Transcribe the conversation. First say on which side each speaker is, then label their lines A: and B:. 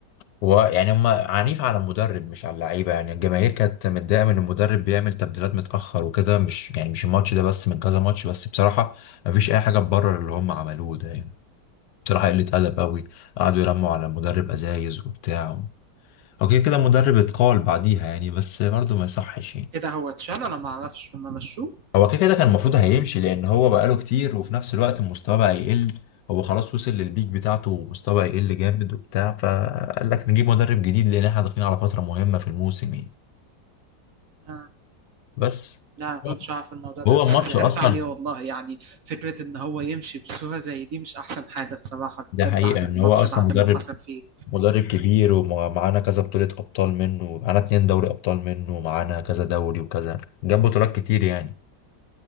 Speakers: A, on the left; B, on the right.
A: ويعني هم عنيف على المدرب مش على اللعيبه يعني الجماهير كانت متضايقه من المدرب بيعمل تبديلات متاخر وكده مش يعني مش الماتش ده بس من كذا ماتش بس بصراحه مفيش اي حاجه تبرر اللي هم عملوه ده يعني بصراحه قله ادب قوي قعدوا يرموا على المدرب ازايز وبتاع اوكي كده المدرب اتقال بعديها يعني بس برضه ما يصحش يعني
B: ايه ده هو اتشال ولا ما اعرفش هم مشوه
A: هو كده كده كان المفروض هيمشي لان هو بقاله كتير وفي نفس الوقت المستوى بقى يقل هو خلاص وصل للبيك بتاعته ومستوى يقل جامد وبتاع فقال لك نجيب مدرب جديد لان احنا داخلين على فتره مهمه في الموسم يعني
B: آه.
A: بس
B: لا ما كنتش
A: هو
B: اعرف الموضوع ده
A: هو
B: بس
A: الماتش
B: زعلت
A: اصلا
B: عليه والله يعني فكرة ان هو يمشي بصورة زي دي مش احسن حاجة الصراحة بالذات
A: ده حقيقه
B: بعد الماتش
A: ان هو اصلا
B: بعد
A: مدرب
B: اللي حصل فيه
A: مدرب كبير ومعانا كذا بطوله ابطال منه معانا اتنين دوري ابطال منه ومعانا كذا دوري وكذا جاب بطولات كتير يعني